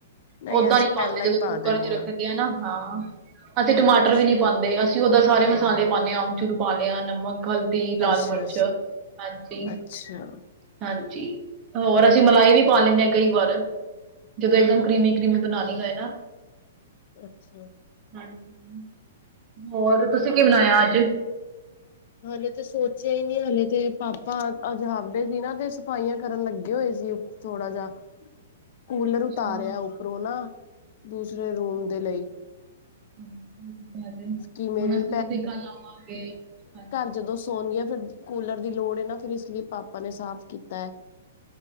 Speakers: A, on the left; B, on the right.
A: ਨਹੀਂ
B: ਓਹਦਾਂ
A: ਅਸੀਂ
B: ਈ ਪਾਉਂਦੇ
A: ਪਹਿਲਾਂ
B: ਜਦੋ
A: ਹੀ ਪਾ
B: ਕੁੂੱਕਰ
A: ਦਿੰਦੇ
B: ਚ
A: ਹਾਂ
B: ਰੱਖਦੇ ਏਂ ਨਾ। ਹਾਂ! ਅਸੀ ਟਿਮਾਟਰ
A: ਅੱਛਾ
B: ਵੀ ਨੀ ਪਾਉਂਦੇ, ਅਸੀ ਉਹਦੋ ਸਾਰੇ ਮਸਾਲੇ ਪਾਉਂਨੇਂ ਹਾਂ। ਆਮਚੂਰ ਪਾ ਲਿਆ, ਨਮਕ, ਹਲਦੀ। ਹਲਦੀ, ਲਾਲ
A: ਅੱਛਾ
B: ਮਿਰਚ, ਹਾਂਜੀ।
A: ਅੱਛਾ!
B: ਹਾਂਜੀ! ਹੋਰ ਅਸੀ ਮਲਾਈ ਵੀ ਪਾ ਲੈਂਨੇਂ ਆ, ਕਈ ਵਾਰ। ਜਦੋ ਇੱਕਦਮ ਕਰੀਮੀ-ਕਰੀਮੀ ਬਨਾਉਨੀ ਹੋਏ ਨਾ।
A: ਅੱਛਾ!
B: ਹਾਂਜੀ! ਹੋਰ ਤੁਸੀ ਕੀ ਬਣਾਇਆ ਅੱਜ?
A: ਹਲੇ ਤੇ ਸੋਚਿਆ ਹੀ ਨਹੀਂ। ਹਲੇ ਤੇ ਪਾਪਾ, ਅੱਜ ਹਾਫ ਡੇ ਸੀ ਨਾ। ਤੇ ਸਫਾਈਆਂ ਕਰਨ ਲੱਗੇ ਹੋਏ ਸੀ। ਥੋੜਾ ਜਿਹਾ ਕੂਲਰ ਉਤਾਰਿਆ,
B: ਹਾਂ,
A: ਉੱਪਰੋਂ ਨਾ। ਦੂਸਰੇ ਰੂਮ ਦੇ ਲਈ।
B: <inaudible>
A: ਕਿ ਮੇਰੀ
B: ਹੁਨ ਅਸੀ ਵੀ ਤੇ ਕਲ ਆਵਾਂਗੇ। ਹਾਂਜੀ!
A: ਜਦੋ ਸੋਂਹਨੀਂਆ, ਫਿਰ ਕੂਲਰ ਦੀ ਲੋੜ ਹੈ ਨਾ। ਫਿਰ ਇਸ ਲਈ ਪਾਪਾ ਨੇ ਸਾਫ਼ ਕੀਤਾ ਹੈ।